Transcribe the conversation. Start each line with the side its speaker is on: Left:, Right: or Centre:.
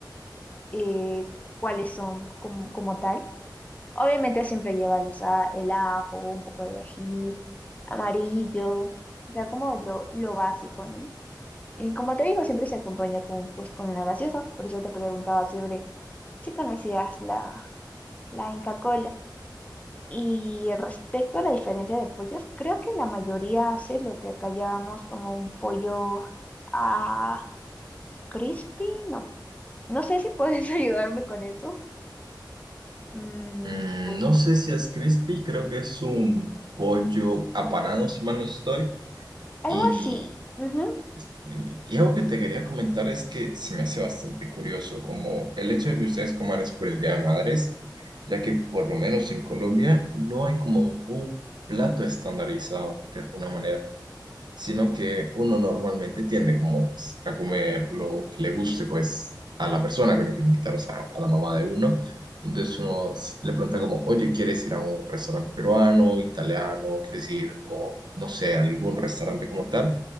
Left: eh, cuáles son como, como tal. Obviamente siempre lleva los, a- el ajo, un poco de ají, amarillo, o sea, como lo, lo básico, ¿no? Y como te digo, siempre se acompaña con, pues, con una gaseosa. Por eso te preguntaba siempre si conocías la, la Inca Kola. Y respecto a la diferencia de pollos, creo que la mayoría hace lo que acá llamamos como un pollo a crispy, no. No sé si puedes <laughs> ayudarme con eso. Mm,
Right: Mm,
Left: pollo-
Right: no sé si es crispy, creo que es un pollo apanado, si mal no estoy,
Left: Algo
Right: y
Left: así. Ujú,
Right: Sí, Y algo que te quería comentar es que se me hace bastante curioso como el hecho de que ustedes coman eso por el Día de Madres, ya que por lo menos en Colombia no hay como un plato estandarizado de alguna manera, sino que uno normalmente tiende como pues, a comer lo que le guste pues a la persona que uno quiere invitar, o sea, a la mamá de uno. Entonces uno s- le pregunta como, oye, ¿quieres ir a un restaurante peruano, italiano? ¿Quieres ir como, no sé, a algún restaurante como tal?